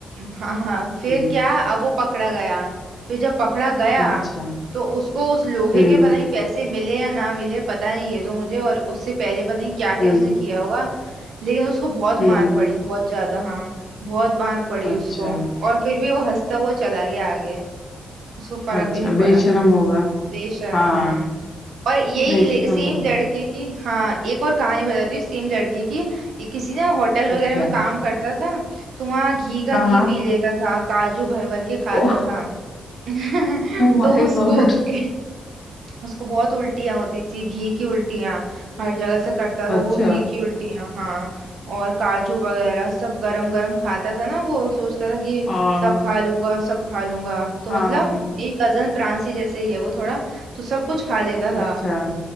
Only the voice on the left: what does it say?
हम्म
अच्छा
हम्म
हम्म
हम्म
अच्छा
अच्छा
बेशरम
होगा
हाँ
बेशरम
होगा
अच्छा
हाँ
हाँ
ओह
Oh my
god
अच्छा
हाँ
हाँ
अच्छा